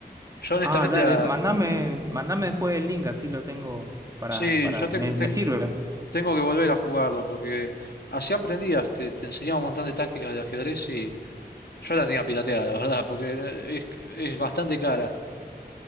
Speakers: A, on the left; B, on the right.
A: Yo honestamente
B: Ah, dale,
A: la...
B: mandame, mandame después el link, así lo tengo para,
A: Sí,
B: para,
A: yo ten-
B: me,
A: ten-
B: me sirve.
A: Tengo que volver a jugarlo porque así aprendías, te, te enseñaba un montón de tácticas de ajedrez y yo la tenía pirateada, la verdad, porque eh, es, es bastante cara.